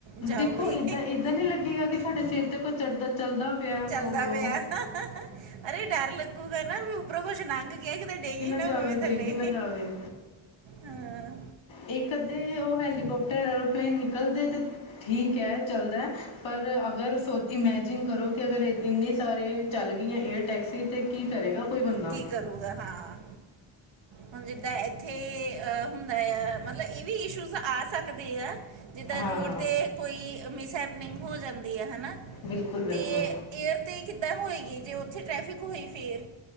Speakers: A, on the right; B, on the left.
A: ਜਾਓ
B: ਦੇਖੋ
A: ਬਈ
B: ਏਦਾਂ ਏਦਾਂ ਨਹੀਂ ਲੱਗੇਗਾ ਕਿ ਸਾਡੇ ਸਿਰ ਤੇ ਕੋਈ ਚੜ੍ਹਦਾ ਚੱਲਦਾ ਪਿਆ ਉਹ
A: ਚੱਲਦਾ ਪਿਆ ਅਰੇ ਡਰ ਲੱਗਦਾ ਗ ਕਰਨਾ ਵੀ ਉੱਪਰੋਂ ਕੁੱਛ ਨੰਘ ਕੇ ਕਿਤੇ ਡੇਗੀ ਨਾ
B: ਜਾਵੇ
A: ਪਵੇ
B: ਡੇਗੀ
A: ਥੱਲੇ
B: ਨਾ ਜਾਵੇ
A: ਹਾਂ
B: ਇੱਕ ਅੱਧੇ ਉਹ ਹੈਲੀਕੋਪਟਰ ਐਰੋਪਲੇਨ ਨਿਕਲਦੇ ਤੇ ਠੀਕ ਹੈ ਚੱਲਦਾ ਪਰ ਅਗਰ ਸੋਚ ਇਮੈਜਿਨ ਕਰੋ। ਕਿ ਅਗਰ ਇੰਨ ਨੀ ਸਾਰੇ ਚੱਲ ਗਈਆਂ ਏਅਰ ਟੈਕਸੀ ਤਾਂ ਕੀ ਕਰੇਗਾ। ਕੋਈ ਬੰਦਾ
A: ਕੀ ਕਰੂਗਾ ਹਾਂ। ਹੁਣ ਜਿੱਦਾਂ ਇੱਥੇ ਹੁੰਦਾ ਆ ਮਤਲਬ ਇਹ ਵੀ ਇਸ਼ੂਜ਼ ਆ ਸਕਦੇ ਆ। ਜਿੱਦਾਂ
B: ਹਾਂ
A: ਰੋਡ ਤੇ ਕੋਈ ਮਿਸ ਹੈ। ਨਿੰਗ ਹੋ ਜਾਂਦੀ ਹੈ ਹਨ ਹੈ ਨਾ
B: ਬਿਲਕੁਲ ਬਿਲਕੁਲ
A: ਤੇ ਏਅਰ ਤੇ ਕਿੱਦਾਂ ਹੋਏਗੀ ਜੇ ਉੱਥੇ ਟਰੈਫਿਕ ਹੋਈ ਫਿਰ